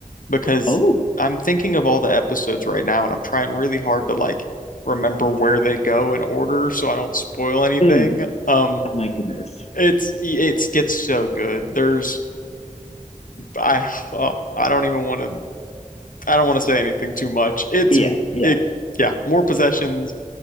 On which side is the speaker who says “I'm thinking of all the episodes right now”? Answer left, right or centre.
Left